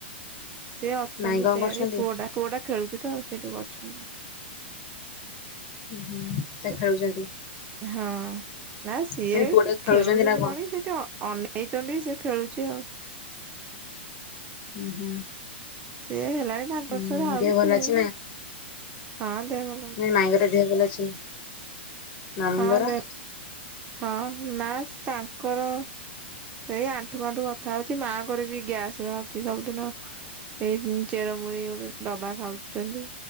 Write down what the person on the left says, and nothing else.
ମାଇଁ କଣ
କରୁଛନ୍ତି?
ହୁଁ
ତ ଖେଳୁଛନ୍ତି।
ମାନେ ପୁଅ ଟା
ନା
ହୁଁ ହୁଁ।
ହୁଁ
ଦେହ
ଭଲ
ଅଛି
ମାଇଁ ଦେହ ଭଲ ଅଛି ମାମଁଙ୍କର?